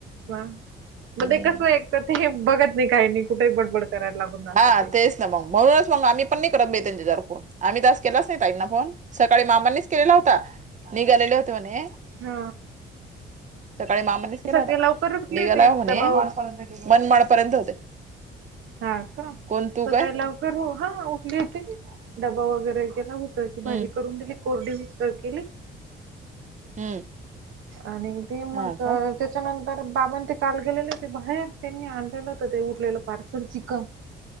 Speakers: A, on the right; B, on the right.
A: म्हण
B: हम्म
A: कस त ते बघत नाही काही नाही कुठे बडबड करायला लागून जातात
B: हा
A: ते
B: तेच ना मग म्हणूनच मग आम्ही पण नाही करत नाही त्यांच्या ज फोन आम्ही तास केलाच नाही ताईना फोन सकाळी मामांनीच केलेला होता निघालेले होते म्हणे
A: हा
B: सकाळी मामानीच केला
A: सकाळी
B: होता
A: लवकर उठली
B: निघाला
A: होती
B: होणे
A: डबा
B: मनमाडपर्यंत होते
A: हम हा का
B: कोण तू
A: सकाळी
B: काय
A: लवकर हा उठली होते डबा वगैरे केला जराशी
B: हम्म
A: भाजी करून दिली कोरडी उसळ केली
B: हम्म
A: आणि ते मग
B: हा का
A: त्याच्यानंतर तर बाबां ते काल गेलेले होते बाहेर त्यांनी आणलेलं होत ते उरलेलं पार्सल चिकन हम्